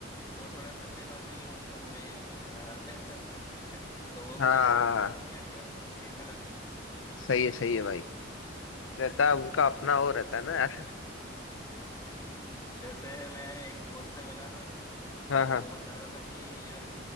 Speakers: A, on the left (about 15°); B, on the left (about 80°).
A: वो थोड़ा सट्टेबाजी उन सब में अ, बैठ जाते हैं तो वो मुझे
B: हाँ हाँ
A: बहुत
B: हाँ,
A: हंसी आती है उसके कारण
B: सही है सही है भाई रहता है उनका अपना वो रहता है ना यार
A: जैसे मैं एक दोस्त से मिला था
B: हाँ
A: तो
B: हाँ
A: वो बता रहा था कि यार अ,